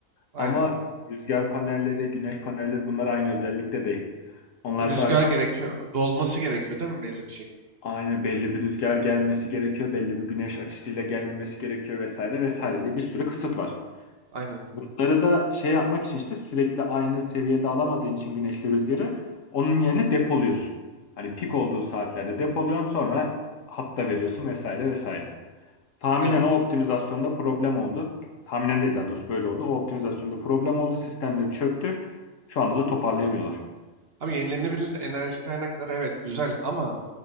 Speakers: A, on the right (about 50°); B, on the left (about 70°).
A: aynen.
B: Ama rüzgar panelleri, güneş panelleri bunlar aynı özellikte değil. Onlar
A: Rüzgar
B: daha çok
A: gerekiyor, dolması gerekiyor değil mi belli bir şekilde?
B: aynı belli bir rüzgar gelmesi gerekiyor, belli bir güneş açısıyla gelinmesi gerekiyor vesaire vesaire diye bir sürü kısıt var.
A: Aynen,
B: Bunları da şey yapmak için işte sürekli aynı seviyede alamadığın için güneşli rüzgarı onun yerine depoluyorsun. Hani pik olduğu saatlerde depoluyorsun sonra hatta veriyorsun vesaire vesaire. Tahminen
A: evet.
B: o optimizasyonda problem oldu. Tahminen değil daha doğrusu böyle oldu. O optimizasyonda problem oldu. Sistemleri çöktü. Şu anda da toparlayamıyorlar.
A: Abi yenilenebilir enerji kaynakları evet güzel ama